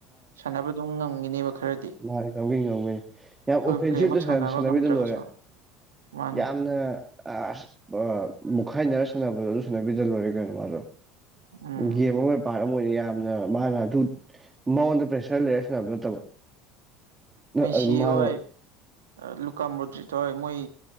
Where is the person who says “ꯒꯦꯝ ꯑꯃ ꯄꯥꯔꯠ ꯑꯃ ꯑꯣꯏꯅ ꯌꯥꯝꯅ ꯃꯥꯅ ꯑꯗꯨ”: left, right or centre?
Right